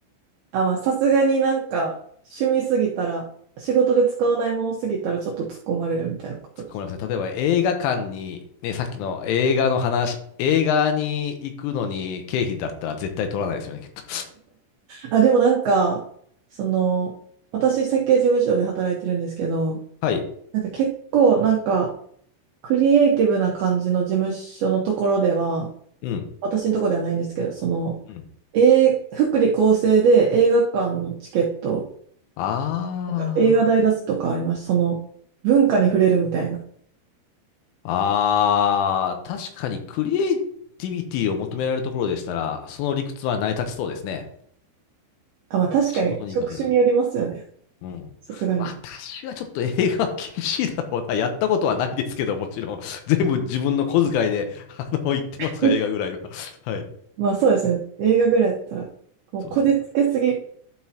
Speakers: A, on the right; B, on the left.
A: あ、まあさすがになんか趣味すぎたら、仕事で使わないものすぎたらちょっと突っ込まれるみたいなことです。
B: 突っ込みますね。例えば映画館に、ね、さっきの映画の話、映画に行くのに経費だったら絶対取らないですよね、きっと。
A: あ、でもなんか、その、私設計事務所で働いてるんですけど、
B: <laughs> はい。
A: なんか結構なんか、クリエイティブな感じの事務所のところでは、
B: うん。
A: 私のところではないんですけど、その、
B: うん。
A: え福利厚生で映画館のチケット、
B: ああ。
A: なんか映画代出すとかあります。その、文化に触れるみたいな。
B: ああ、確かにクリエイティビティを求められるところでしたら、その理屈は成り立ちそうですね。
A: あ、まあ確かに職種によりますよね。
B: 仕事に活かせる。うん。
A: さすがに。
B: 私はちょっと映画は厳しいだろうな。やったことはないですけど、もちろん。全部自分の小遣いで、あの、行ってますから、
A: <laughs>
B: 映画ぐらいは。<laughs> はい。
A: まあそうですね。映画ぐらいだったら、もうこじつけすぎ、
B: そうですね。